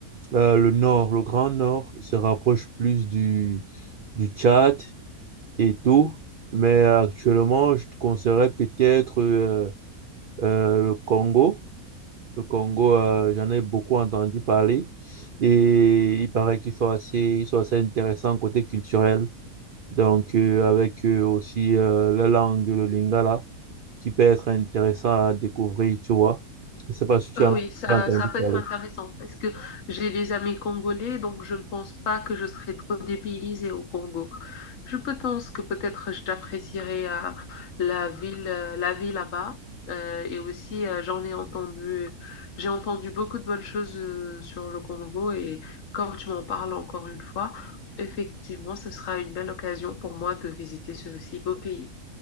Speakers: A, on the right; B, on the left.
A: euh, le nord, le grand nord, se rapproche plus du, du Tchad et tout. Mais actuellement, je te conseillerais peut-être euh, euh, le Congo. Le Congo, euh, j'en ai beaucoup entendu parler et il paraît qu'ils sont assez, ils sont assez intéressants côté culturel. Donc, euh, avec euh, aussi euh, la langue, le lingala, qui peut être intéressant à découvrir, tu vois. Je ne sais pas si tu
B: Ah
A: en
B: oui,
A: as
B: ça,
A: déjà entendu
B: ça peut
A: parler.
B: être intéressant parce que j'ai des amis congolais, donc je ne pense pas que je serai trop dépaysée au Congo. Je peux- pense que peut-être j'apprécierai euh, la ville, euh, la vie là-bas. Euh, et aussi, euh, j'en ai entendu, j'ai entendu beaucoup de bonnes choses euh, sur le Congo. Et comme tu m'en parles encore une fois, effectivement, ce sera une belle occasion pour moi de visiter ce si beau pays.